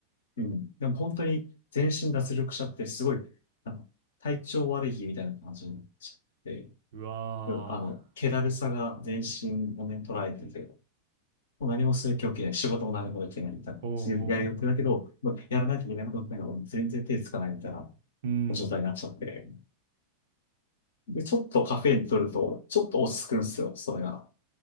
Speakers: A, on the left; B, on the right.
A: うん。でも本当に全身脱力者ってすごい、なんか体調悪い日みたいな感じになっちゃって、
B: うわ
A: うんあの、気だるさが全身をね、捉えてて、もう何もする気起きない、仕事も何もできないみたいな、
B: ー。うんうん。
A: 強いやる予定だけど、もうやらないといけないことだけど、全然手つかないみたいな
B: うん。
A: 状態になっちゃって。で、ちょっとカフェイン取ると、ちょっと落ち着くんですよ、それが。